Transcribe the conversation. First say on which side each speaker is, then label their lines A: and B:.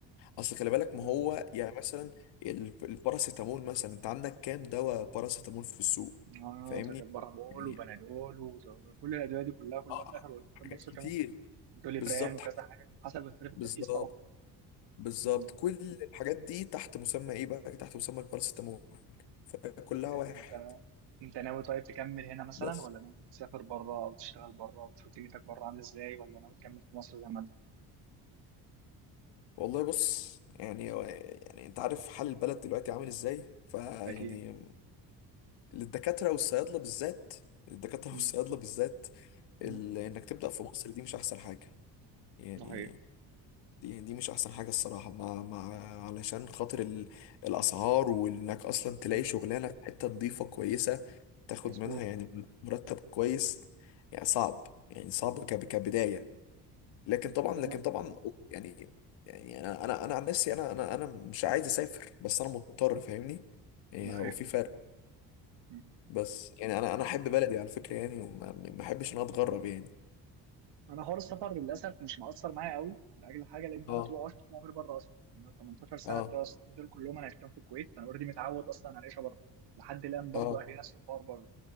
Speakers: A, on the left; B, on the right.
A: اصل خلي بالك ما
B: مم.
A: هو يعني مثلا ال- الباراسيتامول مثلا انت عندك كام دواء باراسيتامول في السوق
B: اه
A: فاهمني
B: ده كان بارابول
A: يعني
B: وبنادول وكل الادويه دي كلها كلها
A: اه
B: في الاخر والأخر
A: حاجات
B: برضه
A: كتير
B: كمان بتقولي
A: بالظبط
B: بريان وكذا حاجة حسب اختلاف التركيز
A: بالظبط
B: طبعا
A: بالظبط
B: مم.
A: كل الحاجات دي تحت مسمى ايه بقى تحت مسمى الباراسيتامول فكلها
B: طب
A: واحد
B: انت انت ناوي طيب تكمل هنا مثلا
A: بس
B: ولا ناوي تسافر بره او تشتغل بره وتشوف دنيتك بره عامله ازاي ولا ناوي تكمل في مصر زي ما انت
A: والله بص يعني يعني انت عارف حال البلد دلوقتي عامل ازاي فيعني
B: اكيد
A: للدكاترة والصيادلة بالذات الدكاترة
B: مم.
A: <laughs> والصيادلة بالذات ال...
B: مم.
A: انك تبدأ في مصر دي مش احسن حاجة يعني
B: ده حقيقي
A: دي دي مش احسن حاجة الصراحة مع مع علشان خاطر ال... الاسعار وانك اصلا تلاقي
B: مم.
A: شغلانة في حتة نظيفة كويسة تاخد
B: مظبوط
A: منها يعني مرتب كويس يعني صعب يعني صعب ك... كبداية لكن طبعا
B: انا
A: لكن طبعا يعني يعني انا انا انا عن نفسي انا انا انا مش عايز اسافر بس انا مضطر فاهمني يعني
B: ده حقيقي
A: هو في فرق
B: مم.
A: بس يعني انا انا احب بلدي على فكره يعني وما ما احبش ان انا اتغرب يعني
B: انا حوار السفر للاسف مش مؤثر معايا قوي لاجل حاجه لان
A: اه
B: انا طول عشت طول عمري بره اصلا يعني انا 18 سنه
A: اه
B: بتوع السنه دول كلهم انا عشتهم في الكويت فانا اوريدي متعود اصلا على العيشه بره لحد الان برضو
A: اه
B: اهلي نفس الحوار بره